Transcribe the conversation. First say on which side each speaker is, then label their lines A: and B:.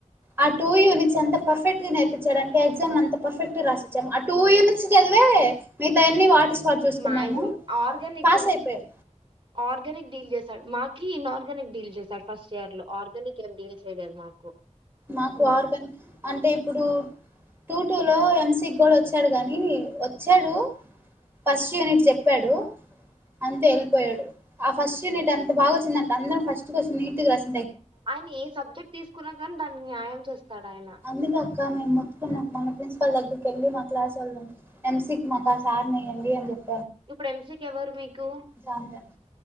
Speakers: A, on the right; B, on the right.
A: ఆ టూ యూనిట్స్ అంత పర్ఫెక్ట్ గా నేరపిచ్చాడంటే అంటే ఎగ్జామ్ అంత పర్ఫెక్ట్ గా రాసిచ్చాం ఆ టూ యూనిట్స్ చదివే మిత అన్ని వాటి స్పాట్ చూసుకున్నాము
B: మైజమ్ ఆర్గ మీకుమ్
A: పాస్ అయిపోయాం
B: ఆర్నిక్ డీల్ చేస్తాడు మా కి ఇనర్గనిక్ డిల్ చేశాడు ఫస్ట్ ఇయర్ లో ఆర్గానిక్ ఏం డీల్ చేయలేదు మాకు కు
A: మాకు ఆర్గానిక్ అంటే ఇప్పుడు టూ టూ లో ఎంసి కూడా వచ్చాడు గాని వచ్చాడు ఫస్ట్ యూనిట్ చెప్పాడు అంతే వెళ్ళిపోయాడు ఆ ఫస్ట్ యూనిట్ ఎంత బాగా వచ్చిందంటే అందరం ఫస్ట్ క్వశ్చన్ నీట్ గా రాసా
B: ఆయన ఏ సబ్జెక్ట్ తీసుకున్నా కానీ దాని న్యాయం చెస్ తడు ఆయన
A: అందుకే అక్క మేము మొప్పుకున్నాం మన ప్రిన్సిపాల్ దగ్ వెళ్లి మా క్లాస్ వొళ్ళోమ్ ఎంసికి మాక సార్ నెయ్యండి అని చెప్
B: ఇప్పుడు ఎంసికి ఎవరు మీకు
A: జాన్ జాన్